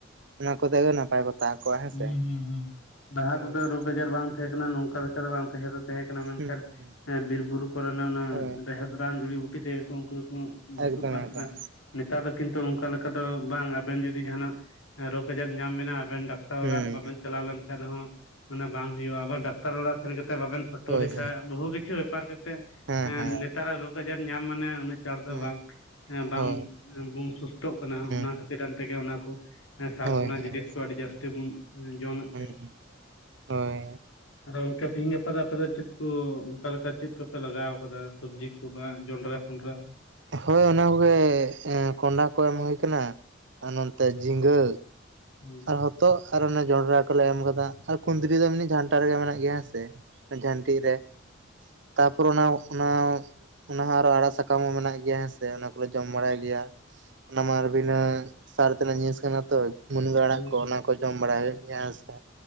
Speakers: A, on the right; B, on the left.
A: ᱚᱱᱟ ᱠᱚᱛᱮᱜᱮ ᱱᱟᱯᱟᱭ ᱠᱚᱛᱟ ᱠᱚᱜᱣᱟ ᱦᱮᱸ
B: ᱦᱩᱸ
A: ᱥᱮ?
B: ᱦᱩᱸ ᱦᱩᱸ ᱞᱟᱦᱟ
A: ᱦᱳᱭ
B: ᱛᱮᱫᱚ ᱨᱳᱜᱽ ᱟᱡᱟᱨ ᱵᱟᱝ ᱛᱟᱦᱮᱸ ᱠᱟᱱᱟ ᱱᱚᱝᱠᱟ ᱞᱮᱠᱟ ᱫᱚ ᱵᱟᱝ ᱛᱟᱦᱮᱸ ᱫᱚ ᱛᱟᱦᱮᱸ ᱠᱟᱱᱟ ᱢᱮᱱᱠᱷᱟᱱ
A: ᱦᱩᱸ ᱦᱩᱸ
B: ᱮᱸ ᱵᱤᱨ ᱵᱩᱨᱩ ᱠᱚᱨᱮᱱᱟᱜ ᱚᱱᱟ
A: ᱦᱳᱭ
B: ᱨᱮᱦᱮᱫ ᱨᱟᱱ ᱡᱩᱲᱤ ᱵᱩᱴᱤ ᱛᱮᱜᱮ ᱩᱱᱠᱩ ᱫᱚᱠᱚ ᱵᱮᱥᱚᱜ
A: ᱮᱠᱫᱚᱢ
B: ᱠᱟᱱ
A: ᱮᱠᱫᱚᱢ
B: ᱛᱟᱦᱮᱱᱟ᱾ ᱱᱮᱛᱟᱨ ᱫᱚ ᱠᱤᱱᱛᱩ ᱚᱱᱠᱟ ᱞᱮᱠᱟ ᱫᱚ ᱵᱟᱝ ᱟᱵᱮᱱ ᱡᱩᱫᱤ ᱡᱟᱦᱟᱱᱟᱜ ᱨᱳᱜᱽ ᱟᱡᱟᱨ ᱧᱟᱢ ᱵᱮᱱᱟ ᱟᱵᱮᱱ ᱰᱟᱠ ᱛᱟᱨ
A: ᱦᱩᱸ
B: ᱚᱲᱟᱜ ᱵᱟᱵᱮᱱ ᱪᱟᱞᱟᱣ ᱞᱮᱱᱠᱟᱱᱡ ᱦᱚᱸ ᱢᱟᱱᱮ ᱵᱟᱝ ᱦᱩᱭᱩᱜ-ᱟ, ᱟᱵᱟᱨ ᱰᱟᱠᱛᱟᱨ ᱚᱲᱟᱜ ᱥᱮᱱ ᱠᱟᱛᱮ ᱵᱟᱵᱮᱱ ᱯᱷᱷᱳᱴᱳ
A: ᱦᱳᱭ
B: ᱞᱮᱠᱷᱟ
A: ᱦᱳᱭ
B: ᱵᱚᱦᱩ ᱠᱤᱪᱷᱩ ᱵᱮᱯᱟᱨ ᱠᱟᱛᱮ
A: ᱦᱮᱸ ᱦᱮᱸ
B: ᱱᱮᱛᱟᱨᱟᱜ ᱨᱳᱜᱽ ᱟᱡᱟᱨ ᱧᱟᱢ ᱢᱟᱱᱮ ᱩᱱᱟᱹᱜ ᱪᱟᱲ ᱫᱚ
A: ᱦᱩᱸ
B: ᱵᱟᱝ, ᱵᱟᱝ
A: ᱦᱳᱭ
B: ᱥᱩᱥᱛᱷᱚᱜ ᱠᱟᱱᱟ
A: ᱦᱩᱸ
B: ᱚᱱᱟ ᱠᱷᱟᱹᱛᱤᱨ ᱮᱱᱛᱮ ᱜᱮ ᱚᱱᱟ ᱠᱚ ᱥᱟᱨ
A: ᱦᱳᱭ
B: ᱠᱚᱱᱟᱜ
A: ᱦᱮᱸ
B: ᱡᱤᱱᱤᱥ ᱠᱚ ᱟᱹᱰᱤ ᱡᱟᱹᱥᱛᱤ ᱵᱚᱱ ᱡᱚᱢᱮᱫ
A: ᱦᱩᱸ
B: ᱛᱮ,
A: ᱦᱳᱭ
B: ᱟᱨ ᱛᱮᱦᱤᱧ ᱜᱟᱯᱟ ᱟᱯᱮ ᱪᱮᱫ ᱠᱚ ᱚᱱᱠᱟ ᱞᱮᱠᱟ ᱪᱮᱫ ᱠᱚᱯᱮ ᱞᱟᱜᱟᱣ ᱟᱠᱟᱫᱟ ᱥᱚᱵᱡᱤ ᱠᱩᱵᱟᱝ ᱡᱚᱸᱰᱨᱟ ᱯᱷᱚᱸᱰᱨᱟ᱾
A: ᱦᱳᱭ ᱚᱱᱟ ᱠᱚᱜᱮ ᱠᱚᱸᱰᱟ ᱠᱚ ᱮᱢ ᱦᱳᱭ ᱟᱠᱟᱱᱟ, ᱟᱨ ᱱᱚᱛᱮ ᱡᱷᱤᱸᱜᱟᱹ
B: ᱦᱩᱸ
A: ᱦᱚᱛᱚᱜ ᱟᱨ ᱚᱱᱟ ᱡᱚᱱᱰᱨᱟ ᱠᱚᱞᱮ ᱮᱢ ᱟᱠᱟᱫᱟ, ᱟᱨ ᱠᱩᱫᱽᱨᱤ ᱫᱚ ᱮᱢᱱᱤ ᱡᱷᱟᱱᱴᱟ ᱨᱮᱜᱮ ᱢᱮᱱᱟᱜ ᱜᱮᱭᱟ ᱦᱮᱸ ᱥᱮ᱾ ᱡᱷᱟᱹᱱᱴᱤ ᱨᱮ᱾ ᱛᱟᱯᱚᱨ ᱚᱱᱟ ᱚᱱᱟ ᱚᱱᱟ ᱦᱚᱸ ᱟᱨᱚ ᱟᱲᱟᱜ ᱥᱟᱠᱟᱢ ᱦᱚᱸ ᱢᱮᱱᱟᱜ ᱜᱮᱭᱟ ᱦᱮᱸᱥᱮ ᱚᱱᱟ ᱠᱚᱞᱮ ᱡᱚᱢ ᱵᱟᱲᱟᱭ ᱜᱮᱭᱟ᱾ ᱚᱱᱟ ᱢᱟ ᱟᱨ ᱵᱤᱱᱟᱹ ᱥᱟᱨ ᱛᱮᱱᱟᱜ ᱡᱤᱱᱤᱥ ᱠᱟᱱᱟ ᱛᱚ ᱢᱩᱱᱜᱟᱹ ᱟᱲᱟᱜ
B: ᱦᱩᱸ
A: ᱠᱚ ᱚᱱᱟ ᱠᱚ ᱡᱚᱢ ᱵᱟᱲᱟᱭ ᱦᱩᱭᱩᱜ ᱜᱮᱭᱟ ᱦᱮᱸ ᱥᱮ᱾